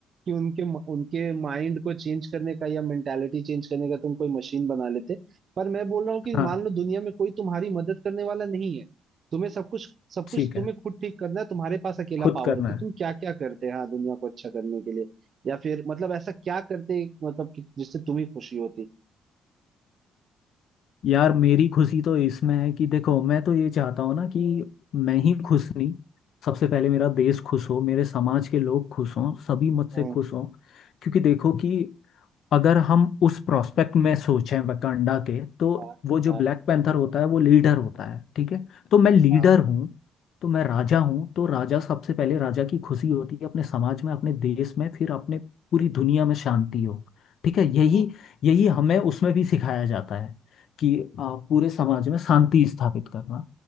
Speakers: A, on the right; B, on the left.
A: कि उनके उनके माइंड को चेंज करने का या मेंटालिटी चेंज करने का तुम कोई मशीन बना लेते पर मैं बोल रहा हूँ कि
B: हाँ
A: मान लो दुनिया में कोई तुम्हारी मदद करने वाला नहीं है तुम्हें सब कुछ सब
B: ठीक
A: कुछ तुम्हें
B: है
A: खुद ठीक करना है तुम्हारे पास अकेला
B: खुद
A: पावर
B: करना
A: है तो
B: है
A: तुम क्या क्या करते हैं हाँ दुनिया को अच्छा करने के लिए या फिर मतलब ऐसा क्या करते मतलब कि जिससे तुम्हें खुशी होती
B: यार मेरी खुशी तो इसमें है कि देखो मैं तो ये चाहता हूँ ना कि मैं ही खुश नहीं सबसे पहले मेरा देश खुश हो मेरे समाज के लोग खुश हों सभी मुझसे
A: हाँ
B: खुश हों क्योंकि देखो कि अगर हम उस प्रोस्पेक्ट में सोचें वकांडा के तो
A: हाँ
B: वो जो
A: हाँ
B: ब्लैक पैंथर होता है वो लीडर होता है ठीक है तो मैं लीडर
A: हाँ
B: हूँ तो मैं राजा हूँ तो राजा सबसे पहले राजा की खुशी होती है अपने समाज में अपने देश में फिर अपने पूरी दुनिया में शांति हो ठीक है यही
A: हाँ।
B: यही हमें उसमें भी सिखाया जाता है कि आ, पूरे समाज में शांति स्थापित करना